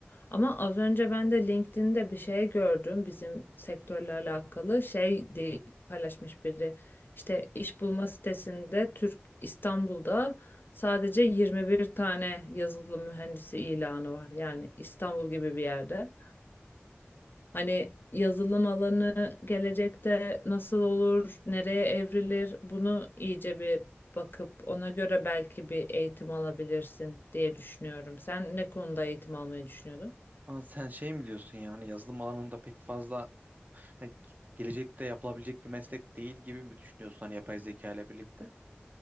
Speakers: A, on the left (about 50°); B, on the right (about 40°).
A: Ama az önce ben de LinkedIn'de bir şey gördüm bizim sektörle alakalı. Şey diye paylaşmış biri. İşte iş bulma sitesinde Türk İstanbul'da sadece 21 tane yazılım mühendisi ilanı var. Yani İstanbul gibi bir yerde. Hani yazılım alanı gelecekte nasıl olur, nereye evrilir bunu iyice bir bakıp ona göre belki bir eğitim alabilirsin diye düşünüyorum. Sen ne konuda eğitim almayı düşünüyordun?
B: Ama sen şey mi diyorsun yani yazılım alanında pek fazla hani gelecekte yapılabilecek bir meslek değil gibi mi düşünüyorsun hani yapay zeka ile birlikte?